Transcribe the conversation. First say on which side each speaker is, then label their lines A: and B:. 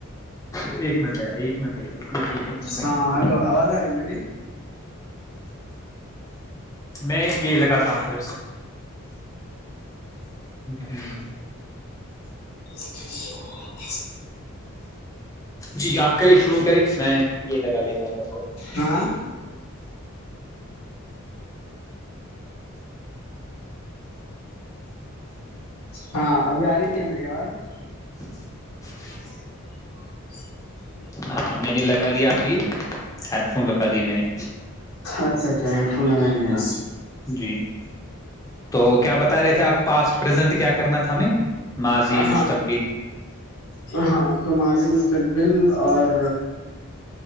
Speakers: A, on the left; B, on the left.
A: ایک منٹ ایک منٹ بھیا ایک منٹ بھیا ایک منٹ بھیا ایک منٹ بھیا
B: ہاں ہلو آواز آ رہی میری
A: میں یہ لگاتا ہوں پھر سے ج
B: اچا <inaudible>
A: جی یاد کرے شروع کرے میں یہ لگا لیتا ہوں سب ت
B: ہاں ہاں ابھی آ رہی ہے میری آواز
A: <inaudible>
B: چ <inaudible>
A: ہاں میں نے لگا لیا ابھی ہیڈ فون لگا لیے میں نے
B: اچھا اچھا ہیڈ فون لگائی دے ہیں
A: جی تو کیا بتا رہے تھے آپ پاسٹ پریزنٹ کیا کرنا تھا ہمیں ماضی
B: ہاں
A: مستقبل
B: ہاں تو مجے مس <inaudible> بل اور